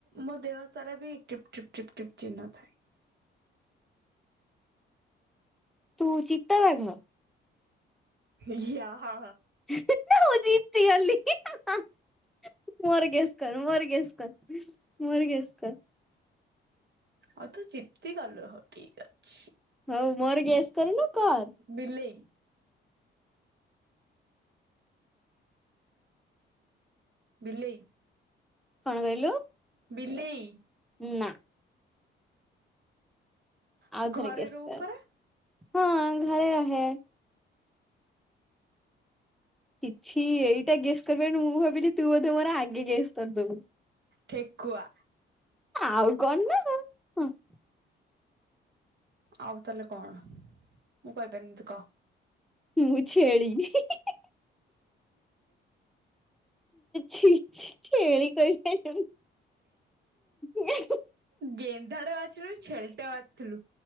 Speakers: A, on the right; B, in the centre.
A: ମୋ ଦେହ ସାରା ବି ପ ଟିପ୍ ପ୍ ଟିପ୍ ଚିହ୍ନ ଥାଏ।
B: ତୁ ଚିତ୍ତା ବାଘ
A: ଯିଆ ହ
B: <unintelligible> ମୁଁ ଜିତି ଗଲି <unintelligible> ମୋରଗେସ୍ କର ମୋରଗେସ୍ କର ମୋରଗେସ୍ କର?
A: ଆଉ ତୁ ଜିତି ଗଲୁ ହଉ ଠିକ ଅଛି।
B: ହଉ ମୋର ଗେସ୍ କରୁନୁ କର?
A: ବିଲେଇ ବିଲେଇ
B: କଣ କହିଲୁ?
A: ବିଲେଇ
B: ନା ଆଉଥରେ
A: ତୁ ଘରେ
B: ଗେସ
A: ରହୁ
B: କର
A: ପରା
B: ହଁ ଘରେ ରହେ। କିଛି ଏଇଟା ଗେସ କରିପାରିବୁନି ମୁଁ ଭାବିଲି ତୁ ବୋଧେ ମୋର ଆଗେ ଗେସ କରିଦେବୁ।
A: ଠେକୁଆ
B: ଆଉ କଣ ନା ହଁ
A: ଆଉ ତାହେଲେ କଣ ମୁଁ କହିପାରିବିନି ତୁ କହ?
B: ମୁଁ ଛେଳି ହିଁ ହିଁ। ଛି ଛି ଛେଳି କହିପାରିଲୁନି ଏହେ।
A: ଗେନ୍ଧାଡେ ବାଜିଲୁ ଛେଳିଟା ବାଜିିଥିଲୁ